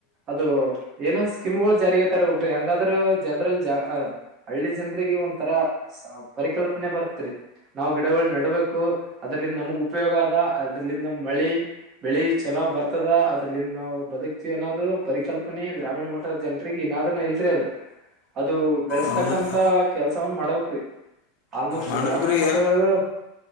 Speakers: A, on the right; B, on the left.
A: ಅದು ಏನೋನ್ ಸ್ಕಮ್ಗಳು ಜಾರಿಯತ ಹೋಗ್ರಿ ಹಂಗಾದ್ರ ಜನರಲ್ಲಿ ಹಳ್ಳಿ ಜನರಿಗೆ ಒರ ಪರಿಕಲ್ ನೆ ಬರ್ತ್ರಿ ನಾವು ಗಿಡಗಳು ನೆಡ್ಬೇಕು ಅದ್ರಲ್ಲಿ ನಮಗ್ ಉಪಯೋಗ ಆದ ಅದ್ರಲಂದ ಮಳೆ ಬೆಳಿ ಚೆನ್ನ್ ಬರ್ತದ ಅದ್ರಲಂದ ನಾವು ಬದುಕ್ತೀವಿ ಅನ್ನೋದು ಪರಿಕಲ್ಪನೆ ಗ್ರಾಮೀಣ ಮಟ್ಟದ ಜನ್ರಿಗೆ ಏದದ್ರನ್ನ ಇಲ್ರಿ ಅದು ಅದು ಬೆಳೆಸ್ತಕಂತ
B: ಹೌದು ರೀ
A: ಕೆಲ್ಸವನ್ ಮಾಡಬ್ರಿ ಆಲ್ಮೋಸ್ಟ್
B: ಮಾಡ್ಬೇಕ್ರಿ
A: ಗ್ರಾಮೀಣ ಮಟ್ಟದಾಗ